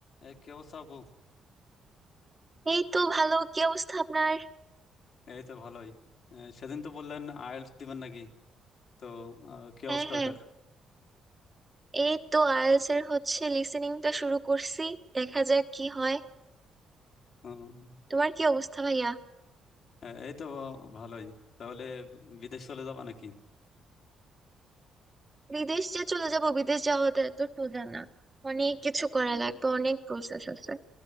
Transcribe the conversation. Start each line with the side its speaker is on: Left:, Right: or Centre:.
Left: এই কি অবস্থা আপু
Right: এই তো ভালো কি অবস্থা আপনার
Left: এই তো ভালোই আহ, সেদিন তো বললেন আইএলটিএস দিবেন নাকি তো আহ, কি
Right: হ্যাঁ
Left: অবস্থা
Right: হ্যাঁ
Left: এটার
Right: এই তো আইএলটিএস এর হচ্ছে লিসেনিংটা শুরু করছি দেখা যাক কি হয়
Left: উম,
Right: তোমার কি অবস্থা ভাইয়া
Left: আহ, এই তো ভালোই তাহলে বি- বিদেশ চলে যাবা নাকি
Right: বিদেশ যে চলে যাব বিদেশ যাওয়াটা এত সোজা না অনেক কিছু করা লাগবে অনেক প্রসেস আছে